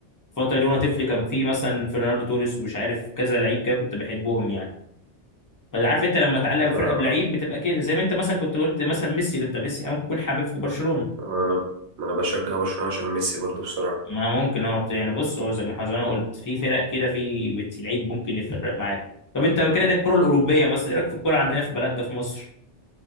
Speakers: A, on the left (about 25°); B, on the right (about 70°).
A: الفتره دي وانا طفل كان في مثلا فرناردو توريس ومش عارف كذا لعيب كده كنت بحبهم يعني فعارف انت لما تعلق
B: انا
A: بفرقه بلعيب بتبقى كده زي ما انت مثلا كنت قلت مثلا ميسي كنت ميسي يعني ممكن يكون حبيب في برشلونه
B: انا انا بشجع برشلونة عشان ميسي برضو بصراحة
A: ما ممكن اه يعني بص هو زي ما حضرتك انا قلت في فرق كده في بت- لعيب ممكن يفرق معاك طب انت كده ده الكره الاوروبيه مثلا ايه رايك في الكره عندنا في بلدنا في مصر